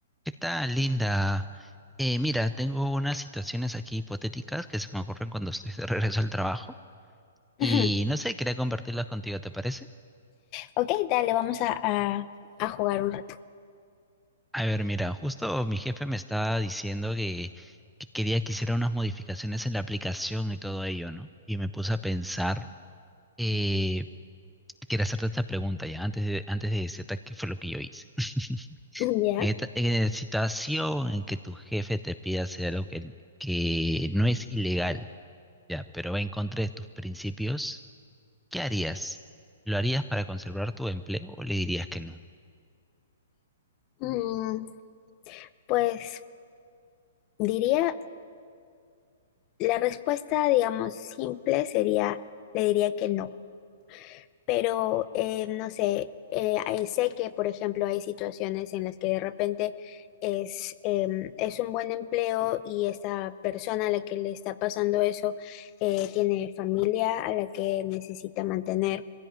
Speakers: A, in the centre; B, on the left.
A: ¿Qué tal, Linda? Eh, mira, tengo unas situaciones aquí hipotéticas que se me ocurren cuando estoy de regreso al trabajo
B: Ujú.
A: y no sé, quería compartirlas contigo, ¿te parece?
B: Ok, dale, vamos a, a- a jugar un rato.
A: A ver, mira, justo mi jefe me estaba diciendo que, que quería que hiciera unas modificaciones en la aplicación y todo ello, ¿no? Y me puse a pensar, eh, quería hacerte esta pregunta ya, antes de, antes de decirte qué fue lo que yo hice. <laughs>
B: <laughs> Ya.
A: En esta, en la situación en que tu jefe te pida hacer algo que, que no es ilegal Ya, pero va en contra de tus principios. ¿Qué harías? ¿Lo harías para conservar tu empleo o le dirías que no?
B: Mm, pues diría, la respuesta, digamos, simple sería, le diría que no. pero eh, no sé, eh, eh, sé que, por ejemplo, hay situaciones en las que de repente es, em, es un buen empleo y esta persona a la que le está pasando eso eh, tiene familia a la que necesita mantener